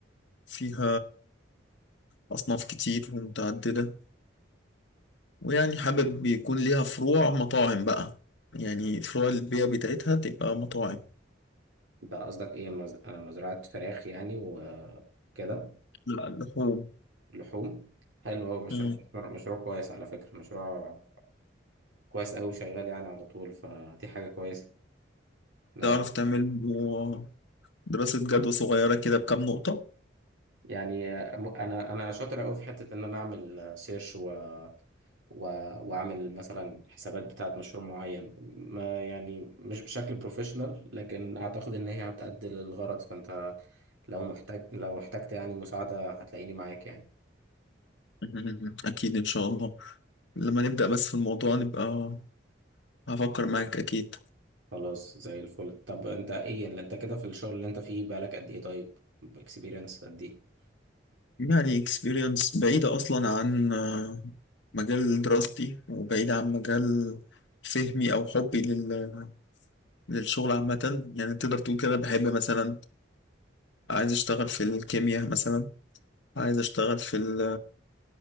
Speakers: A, on the left (about 70°); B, on the right (about 85°).
A: فيها اصناف كتير ومتعدده ويعني حابب يكون ليها فروع مطاعم بقى يعني فروع البيع بتاعتها تبقى مطاعم
B: انت قصدك ايه مز... آه، مزرعة فراخ يعني وكده
A: لا لحوم
B: لحوم حلو هو مشروع
A: مم.
B: مشروع مشروع كويس على فكرة مشروع كويس أوي شغال يعني على طول فدي حاجة كويسة أنا
A: تعرف تعمل له دراسة جدوى صغيرة كده بكام نقطة
B: يعني آه، م- أنا أنا شاطر أوي في حتة إن أنا أعمل سيرش و... و... وأعمل مثلا حسابات بتاعة مشروع معين ما يعني مش بشكل بروفيشنال لكن أعتقد إن هي هتأدي للغرض فأنت لو محتاج لو احتجت يعني مساعدة هتلاقيني معاك يعني
A: <laughs> مم. أكيد إن شاء الله لما نبدأ بس في الموضوع نبقى هفكر معاك أكيد
B: خلاص زي الفل طب انت ايه اللي انت كده في الشغل اللي انت فيه بقالك قد ايه طيب اكسبيرينس قد ايه
A: يعني experience بعيدة أصلا عن آه، مجال دراستي وبعيدة عن مجال فهمي أو حبي لل... للشغل عامة يعني تقدر تقول كده بحب مثلا عايز أشتغل في الكيمياء مثلا عايز أشتغل في ال...